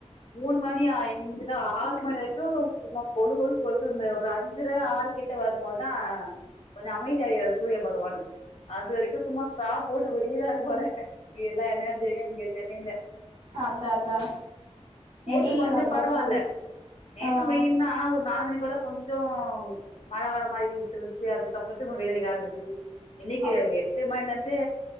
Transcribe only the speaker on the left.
மூண் மணியா இங்க ஆறு மணி வெரிக்கு சும்மா கொளு கொளுன் கொள்த்துதுங்க ஒரு அஞ்சர ஆறு கிட்ட வர் ம் போத்தா ப கொஞ்ச அமைதி ஆயியாச்சு சூரிய பகவானுக் அது வெரிக்கும் சும்மா ஸ்ட்ரா போட்டு உறியிறாரு போல எல்லா எனர்ஜியு இங்கே சென்னையில
நேத்து
கொஞ்சொ
பரவால்ல
நேத்து
வெயில் தா ஆனா ஒரு நால் மணி போல கொஞ்சொ மழ வர மாரி இருட்ருச்சி அதுக் கப்பத்துக்கு வெயிலடிக்க ஆரம்பிச்சிது இன்னைக்கி
எட்டு மண்லந் இதே